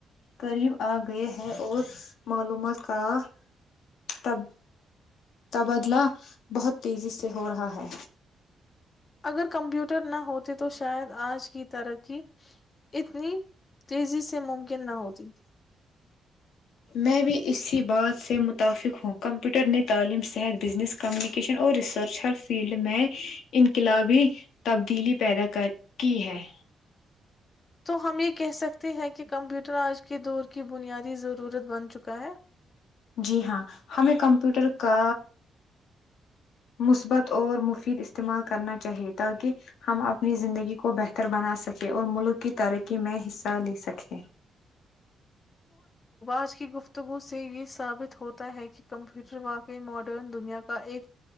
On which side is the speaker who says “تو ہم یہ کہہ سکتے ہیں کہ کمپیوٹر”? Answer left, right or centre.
Left